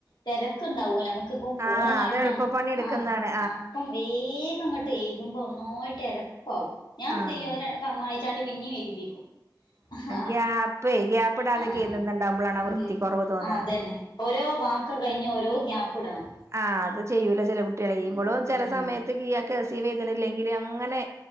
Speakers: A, on the left; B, on the right.
A: തിരക്കുണ്ടാവുല്ലോ നമുക്ക് ഇൻക്ക് ഇപ്പോ ഫോണ്
B: ആഹ്
A: കാണണം
B: അത് എളുപ്പപ്പണി എടുക്കുന്നതാണ്
A: ആഹ് ആഹ് അപ്പം വേഗം ഇങ്ങിട്ട് എഴുതുമ്പോ ഒന്നായിട്ട് എരപ്പാവും ഞാൻ
B: ആഹ്
A: എന്ത് ചെയ്യാ ഒര് ക്ക, മായിച്ചാണ്ട് പിന്നെയും എഴുതിപ്പിക്കും. ആഹ്
B: ഗ്യാപ്പേ ഗ്യാപ്പിടാതെക്കെ
A: ആഹ്
B: എഴുതുന്നുണ്ടാവുമ്പളാണ് ആ
A: ഉം
B: വൃത്തി കൊറവ് തോന്നാ
A: അതന്നെ ഓരോ വാക്ക് കഴിഞ്ഞ് ഓരോ ഗ്യാപ്പ് ഇടണം.
B: ആഹ് അത് ചെയ്യൂല ചില കുട്ടികളെ
A: ഉം
B: ഇവളും ചെല
A: ഉം
B: സമയത്ത് കിഴ കെ സീ വ് എഴുത്‌ണില്ലെങ്കിൽ അങ്ങനെ